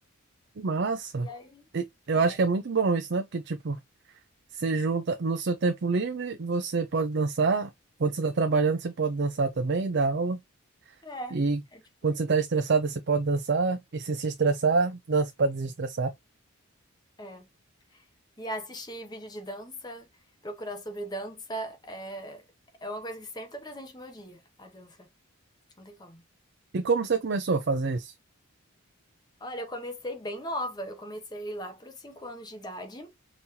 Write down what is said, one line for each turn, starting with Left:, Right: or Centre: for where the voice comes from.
Right: Que Massa.
Left: E aí.
Right: E Eu
Left: É.
Right: acho que é muito bom isso, né? Porque, tipo, Você junta no seu tempo livre, você pode dançar. Quando você está trabalhando, você pode dançar também, dar aula.
Left: É,
Right: E
Left: é tipo
Right: quando
Left: isso.
Right: você está estressado, você pode dançar. E se se estressar, dança para desestressar.
Left: É. E assistir vídeo de dança, procurar sobre dança, é, é uma coisa que sempre tá presente no meu dia, a dança. Não tem como.
Right: E como você começou a fazer isso?
Left: Olha, eu comecei bem nova. Eu comecei lá para os 5 anos de idade.